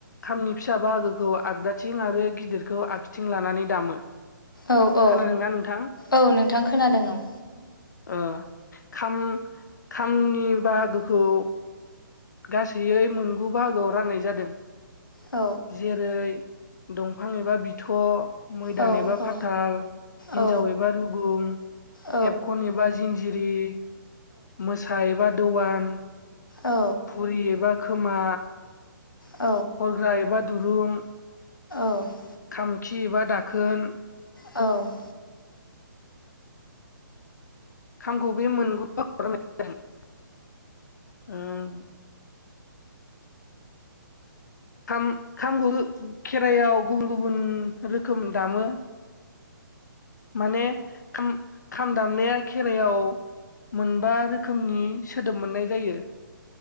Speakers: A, on the left; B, on the left.
A: खामनि फिसा बाहागोखौ आगदाथिं आरो गिदिरखौ आगखिथिं ला नानै दामो
B: औ औ
A: खोनादोंना नोंथां?
B: औ नोंथां खोनादों औ
A: ओह खाम खामनि बाहागोखौ गासैैयै मोनगु बाहागोआव राननाय जादों
B: औ
A: जेरै दंफां एबा बिथ' मैदान
B: औ
A: एबा
B: औ
A: फाथाल हिन्जाव
B: औ
A: एबा रुगुं
B: औ
A: हेबखन एबा जिनजिरि मोसा एबा दवान
B: औ
A: फुरि एबा खोमा
B: औ
A: हरग्रा एबा दुरुं
B: औ औ
A: खामखि एबा दाखोन
B: औ
A: खामखौ बे मोनगु बाहागोआव रान्नाय जादों ओम खाम खामगु खेराइयाव गुबुन गुबुन रोखोम दामो माने खाम खाम दामनाया खेराइयाव मोन बा रोखोमनि सोदोब मोननाय जायो